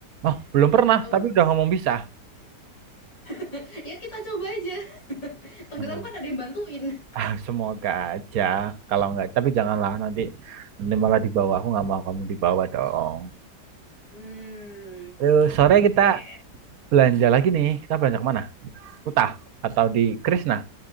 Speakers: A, on the right; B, on the left.
A: Oh belum pernah
B: Apa?
A: tapi udah ngomong bisa.
B: <laughs> Ya kita coba aja. <laughs> Tenggelam
A: Beneran.
B: kan ada yang bantuin. <laughs>
A: Ah, semoga aja. Kalau nggak tapi janganlah nanti nanti malah dibawa. Aku nggak mau kamu dibawa dong.
B: Hmm.
A: Terus sore
B: Oke.
A: kita belanja lagi nih. Kita belanja kemana? Kuta atau di Krisna